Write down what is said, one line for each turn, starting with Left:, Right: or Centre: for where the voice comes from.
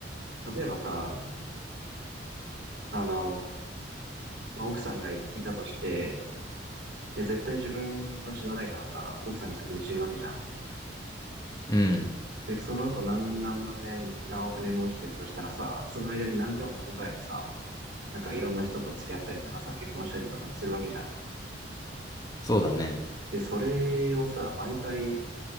Right: 例えばさ、あの、まあ、奥さんがいいたとして、で、絶対自分は死なないからさ、奥さんが先に死ぬわけじゃん。
Left: うん。
Right: で、その後何、何万年、何億年も生きていくとしたらさ、その間に何回も何回もさ、なんかいろんな人と付き合ったりとかさ、結婚したりとか多分するわけじゃん。
Left: そうだね。
Right: で、それをさ、毎回